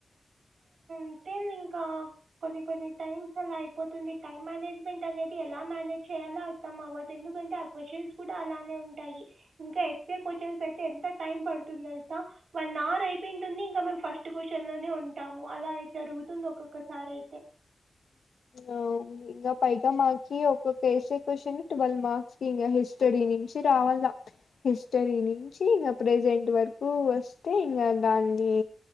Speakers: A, on the right; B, on the left.
A: ఇంకేందింక కొన్ని కొన్ని టైమ్స్ అలా అయిపోతుంది టైమ్ మేనేజ్మెంట్ అనేది ఎలా మేనేజ్ చేయాలో మొత్తం అవ్వద్దు ఎందుకంటే ఆ క్వచ్చన్స్ కూడా అలానే ఉంటాయి ఇంకా ఎస్సే క్వచన్స్ అయితే ఎంత టైం పడుతుంది తెలుసా వన్ అవర్ అయిపోయింటుంది ఇంకా మేము ఫస్ట్ క్వచ్చన్లోనే ఉంటాము అలా జరుగుతుంది ఒక్కొక్కసారయితే
B: ఉమ్ ఇంగ పైగా మాకి ఒక్కొక్క ఎస్సే క్వశ్చన్ ట్వెల్వ్ మార్క్స్ కి ఇంగ హిస్టరీ నుంచి రావాలా హిస్టరీ నుంచి ఇంగ ప్రెజెంట్ వరకు వస్తే ఇంగ దాన్ని